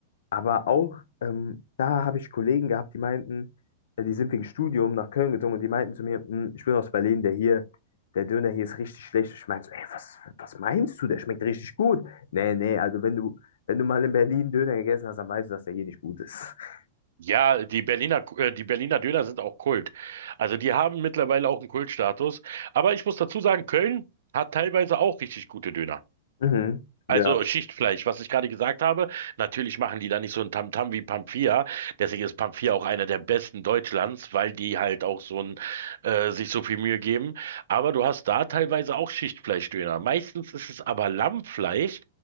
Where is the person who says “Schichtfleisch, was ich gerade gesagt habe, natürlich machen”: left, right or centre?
Right